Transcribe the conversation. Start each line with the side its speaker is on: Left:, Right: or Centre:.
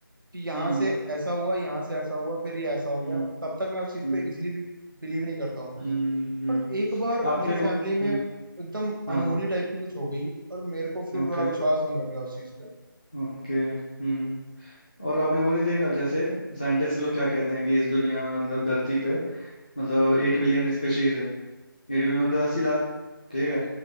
Right: कि यहाँ
Left: हम्म
Right: से ऐसा हुआ यहाँ से ऐसा हुआ फिर ये ऐसा हो
Left: हम्म
Right: गया
Left: हम्म
Right: तब तक मैं उस चीज
Left: हम्म।
Right: पे इजिली भी बिलीव नहीं करता हूँ
Left: हम्म
Right: बट एक बार
Left: आपने
Right: मेरी फैमिली
Left: वो
Right: में
Left: हम्म
Right: एकदम
Left: हाँ
Right: अनहोनी
Left: हाँ
Right: टाइप की कुछ हो गई और मेरे को फिर
Left: ओके
Right: थोड़ा विश्वास होने लग गया उस चीज पे
Left: ओके हम्म हम्म। और आपने वो नहीं देखा जैसे साइंटिस्ट लोग क्या कहते हैं कि इस दुनिया में मतलब धरती पे मतलब एट मिलियन स्पेशीज है एट मिलियन
Right: हम्म
Left: मतलब अस्सी लाख ठीक है